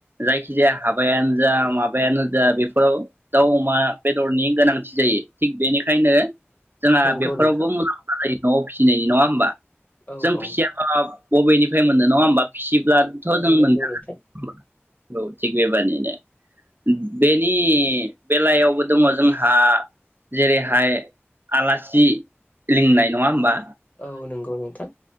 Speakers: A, on the right; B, on the left.
A: जायखिजाया हाबायानो जा माबायानो जा बेफोराव दाउ अमा बेदरनि गोनांथि जायो थिग बेनिखायनो जोंहा
B: नंगौ
A: बेफोरावबो
B: नोंथां
A: मुलाम्फा जायो नवाव फिसिनायनि नङा होमबा
B: औ
A: जों
B: औ
A: फिसियाबा बबेनिफ्राय मोननो नङा होमबा फिसि ब्लाथ
B: औ
A: जों
B: नंगौ
A: मोनजागोन
B: नोंथां
A: औ थिग बेबादिनो बेनि बेलायावबो दङ जोंहा जेरैहाय आलासि लिंनाय नङा होमबा
B: औ नों नंगौ नोंथां